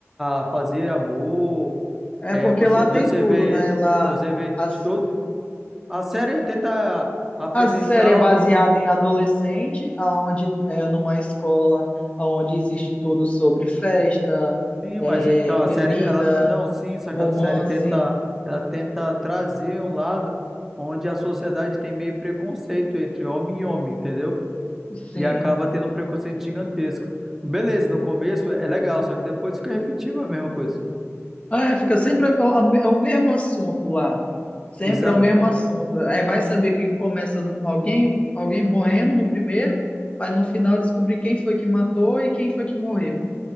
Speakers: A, in the centre; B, on the left.
A: a fazer amor,
B: É
A: é,
B: porque
A: você,
B: lá
A: você
B: tem tudo,
A: vê,
B: né? Lá
A: você vê de
B: a,
A: todo, a série tenta apresentar,
B: A série é baseada
A: o-
B: em adolescente, aonde é numa escola onde existe tudo sobre festa,
A: sim,
B: é,
A: mas então
B: bebida,
A: a série, ela, não, sim, só que
B: romance,
A: a série tenta, ela tenta trazer um lado onde a sociedade tem meio preconceito entre homem e homem, entendeu?
B: sim.
A: E acaba tendo um preconceito gigantesco. Beleza, no começo é legal, só que depois fica repetitivo a mesma coisa.
B: Ah, É, fica sempre a- a- é o mesmo assunto lá. Sempre
A: Exatamente.
B: é o mesmo assunto. Aí vai saber que começa no- alguém, alguém morrendo no primeiro, vai no final descobrir quem foi que matou e quem foi que morreu.